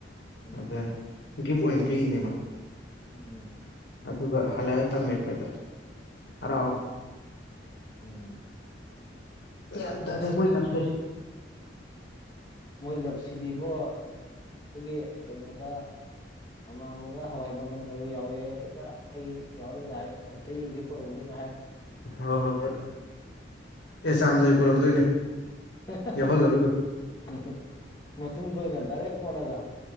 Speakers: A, on the left; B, on the left.
A: ꯎꯝ
B: ꯑꯗ ꯒꯤꯞ ꯑꯣꯏꯟ ꯄꯤꯔꯤꯅꯦ ꯃꯥ
A: ꯎꯝ
B: ꯗꯨꯒ ꯍꯜꯂ ꯇꯝꯃꯦ ꯑꯈꯣꯏꯗ ꯍꯔꯥꯎꯅ
A: ꯎꯝ
B: ꯒ꯭ꯌꯥꯟ
A: ꯐꯠꯇꯦ
B: ꯇꯥꯗꯦ ꯃꯣꯏ ꯂꯞꯁꯦ
A: ꯃꯣꯏ ꯂꯥꯞꯁꯤꯗꯤꯕꯣ ꯑꯩꯈꯣꯏꯒꯤ ꯀꯩꯅꯣꯗ ꯑꯃꯥꯡꯕꯗ ꯍꯋꯥꯏ ꯃꯪꯒꯟ ꯃꯔꯨ ꯌꯥꯎꯔꯦꯒ ꯑꯩ ꯌꯥꯎꯔꯦꯒ ꯍꯥꯏ ꯑꯝꯇ ꯌꯦꯡꯒꯦ ꯄꯨꯔꯛꯎꯅꯦ ꯀꯥꯏ ꯍꯥꯏ
B: ꯍꯣꯏ ꯍꯣꯏ ꯍꯣꯏ ꯑꯦ ꯆꯦꯝꯗꯕꯤ ꯄꯨꯔꯝꯗꯣꯏꯅꯦ
A: ꯍꯦꯍꯦ
B: ꯌꯥꯎꯍꯜꯂꯒ ꯑꯗꯨꯝ
A: ꯎꯝ ꯃꯇꯨꯝꯗꯣ ꯑꯣꯏꯅ ꯗꯥꯏꯔꯦꯛ ꯀꯣꯠꯂꯒ